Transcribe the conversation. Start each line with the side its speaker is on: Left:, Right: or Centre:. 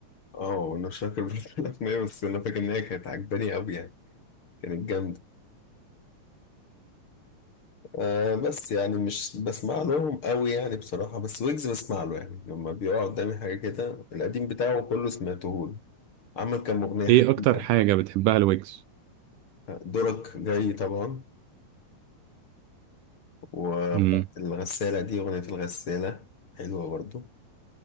Left: اه انا مش فاكر <laughs> برضه الاغنيه بس انا فاكر ان هي كانت عجباني قوي يعني كانت جامده آه بس يعني مش بسمع لهم قوي يعني بصراحة بس ويجز بسمع له يعني لما بيقع قدامي حاجة كده القديم بتاعه كله سمعته له عمل كام أغنية
Right: ايه
Left: حلوين
Right: اكتر حاجة بتحبها الويجز
Left: أوي. دورك جاي طبعا وبتاعت
Right: امم
Left: الغسالة دي أغنية الغسالة حلوة برضو